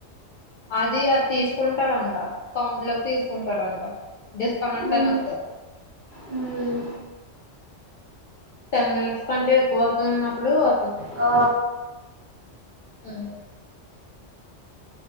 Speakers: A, on the left (about 60°); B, on the right (about 60°).
A: అది అది తీసుకుంటాడంట కౌంట్ లోకి తీసుకుంటాడంట డిస్కనట్టన్త్త
B: ఉమ్.
A: అని వత్తే
B: మ్మ్
A: టెన్ మినిట్స్ కంటే ఎక్కువ అవుతున్నప్పుడు వ
B: ఆ
A: హమ్